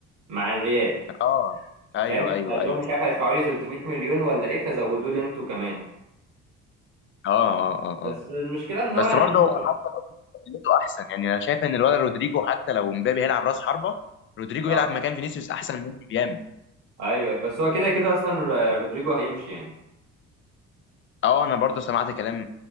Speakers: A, on the right; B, on the left.
A: مع الريال
B: اه ايوه
A: فاهم
B: ايوه
A: قال لهم
B: ايوه
A: مش
B: صح
A: عارف هيدفعوا لي 300 مليون ولا ايه فزودوا لي انتوا كمان
B: اه اه اه
A: بس
B: اه
A: المشكله ان هو
B: بس
A: يعني
B: برضه هو حتى لو قلته احسن يعني انا شايف ان الولد رودريجو حتى لو مبابي هيلعب راس حربه رودريجو
A: اه
B: يلعب مكان فينيسيوس احسن منه بياما
A: ايوه بس هو كده كده اصلا رو- رودريجو هيمشي يعني
B: اه انا برضه سمعت كلام